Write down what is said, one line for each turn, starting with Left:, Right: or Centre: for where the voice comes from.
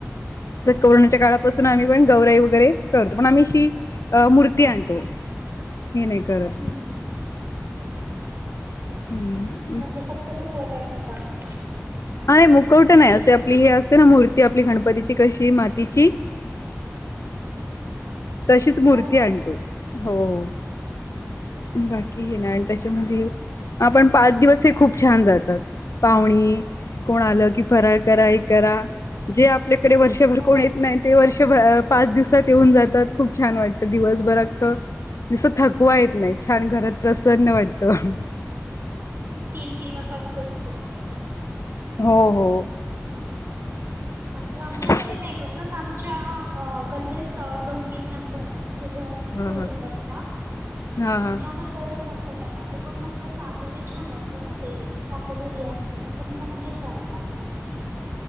Left: जर कोरोनाच्या काळात ून आम्ही पण गौराई वगैरे करतो पण आम्ही श अ मूर्ती आणतो. ये नाही करत.
Right: हम्म हम्म
Left: हम्म
Right: म्हणजे खूप त मु खोटा ठेवता ना.
Left: हाय मुकवट नाही असे आपली हे असते ना मूर्ती आपली गणपतीची कशी मातीची,
Right: <inaudible>
Left: तशीच मूर्ती
Right: हो
Left: आणतो.
Right: हो
Left: हो हो बाकी हे ना आणि त्याच्यामध्ये आपण पाच दिवस हे खूप छान जातात, पाहुणी कोण आलं की फराळ करा हे करा जे आपल्याकडे वर्षभर
Right: हो
Left: कोण येत नाही, ते वर्ष पाच दिवसात येऊन जातात खूप छान वाटतं दिवसभर अ दिसतं थकवा येत नाही छान घरात प्रसन्न वाटतं
Right: तीन दिवस असतो ना तो कार्यक्रम
Left: हो हो
Right: म्हणजे आमच्याकडे
Left: हा
Right: नाही बसत आमच्या गल्लीत दोन तीन नंबरचे घर सोडून
Left: हा
Right: बसता
Left: हा
Right: म्हणजे
Left: हा
Right: आम्हाला बोलत असतात त्या का पण मग कसं आपल्याला छान वाटतं ना ते आपल्या घरी असल तर पण मग नाही चालत आम्हाला